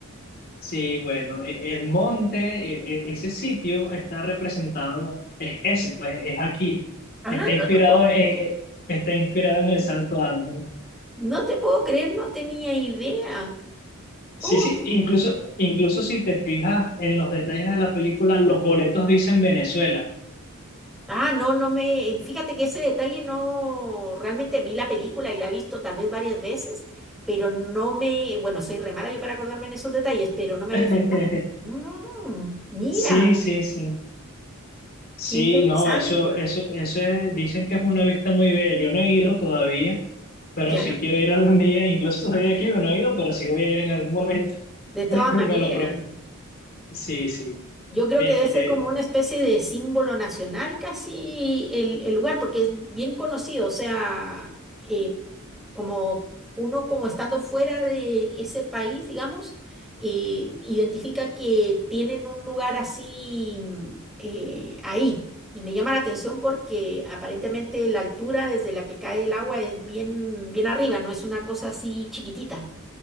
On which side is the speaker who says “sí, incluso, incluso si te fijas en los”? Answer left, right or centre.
Left